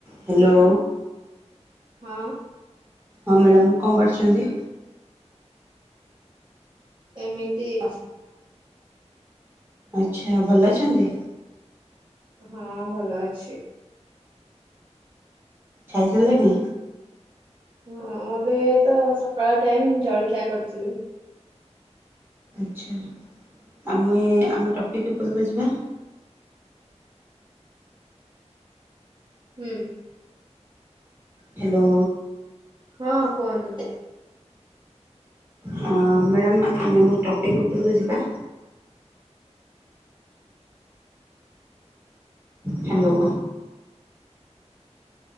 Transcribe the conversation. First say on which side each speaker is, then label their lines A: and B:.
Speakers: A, on the right (about 20°); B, on the right (about 40°).
A: Hello.
B: ହଁ।
A: ହଁ madam କଣ କରିଛନ୍ତି?
B: ଏମିତି ବ
A: ଆଚ୍ଛା ଭଲ ଅଛନ୍ତି।
B: ହଁ ଭଲ ଅଛି।
A: ଖାଇ ସାରିଲେଣି।
B: ହଁ ଏବେ ତ ସକାଳ ଟାଇମ ଜଳଖିଆ କରିଥିଲି।
A: ଆଚ୍ଛା ଆମେ ଆମ ଟପିକ ଉପରକୁ ଯିବା।
B: ହୁଁ।
A: ହ୍ୟାଲୋ।
B: ହଁ କୁହନ୍ତୁ।
A: ହଁ ମ୍ୟାଡ଼ାମ୍ ଆମେ ଆମ ଟପିକ୍ ଉପରକୁ ଯିବା। ହ୍ୟାଲୋ।